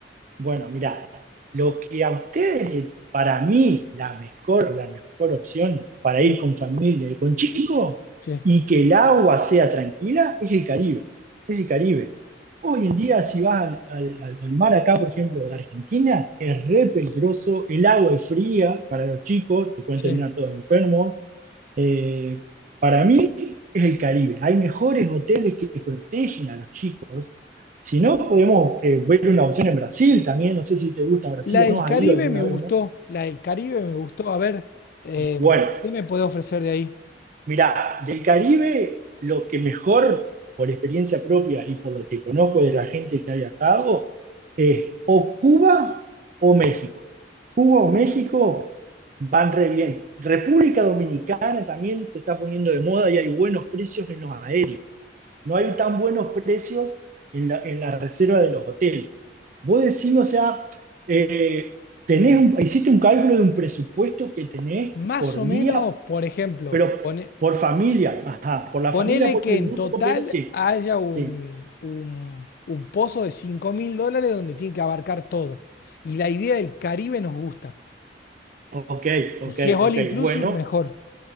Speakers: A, on the right; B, on the left.
A: Bueno, mira, lo que a ustedes, le- para mí, la mejor, la mejor opción para
B: Mm,
A: ir con familia y con chicos
B: Sí,
A: y que el agua sea tranquila es el Caribe, es el Caribe. Hoy en día, si vas al, al- al- al mar acá, por ejemplo, de Argentina, es re peligroso, el agua es fría para los chicos, se pueden
B: sí.
A: terminar todos enfermos, eh, para mí es el Caribe. Hay mejores hoteles que protegen a los chicos. Si no, podemos eh, ver una opción en Brasil también. No sé si te gusta Brasil
B: La del
A: o no, has
B: Caribe
A: ido alguna
B: me gustó,
A: vez o no.
B: la del Caribe me gustó. A ver, eh,
A: Bueno,
B: ¿qué me puede ofrecer de ahí?
A: mirá, del Caribe lo que mejor, por experiencia propia y por lo que conozco de la gente que ha viajado, es o Cuba o México. Cuba o México van re bien. República Dominicana también se está poniendo de moda y hay buenos precios en los aéreos. no hay tan buenos precios en la, en la reserva de los hoteles. Vos decís, o sea, eh, tenés
B: Mm,
A: un- hiciste un cálculo de un presupuesto que tenés
B: Más
A: por
B: o
A: día,
B: menos, por ejemplo,
A: pero
B: pone-
A: por familia, ajá, por la
B: ponele
A: familia, por
B: que
A: el
B: en
A: grupo
B: total
A: completo, sí,
B: haya un,
A: sí.
B: un, un pozo de cinco mil dólares donde tiene que abarcar todo. Y la idea del Caribe nos gusta.
A: Ok, ok,
B: Y si es all
A: ok,
B: inclusive,
A: bueno,
B: mejor.